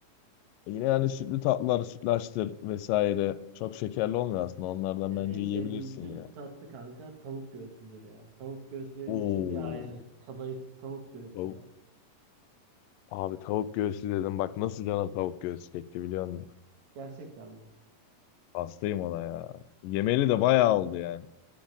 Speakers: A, on the left; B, on the right.
A: Yine yani sütlü tatlılar, sütlaçtır vesaire. Çok şekerli olmuyor aslında. Onlardan
B: Benim
A: bence
B: en sevdiğim
A: yiyebilirsin
B: sütlü
A: ya.
B: tatlı kanka tavuk göğsüdür ya. Tavuk göğsü benim
A: Oo.
B: için bir ayrı. Kadayıflı tavuk göğsü
A: Tavuk.
B: ya.
A: Abi tavuk göğsü dedim. Bak nasıl canım tavuk göğsü çekti biliyor musun?
B: Gerçekten mi?
A: Hastayım ona ya. Yemeli de bayağı oldu yani.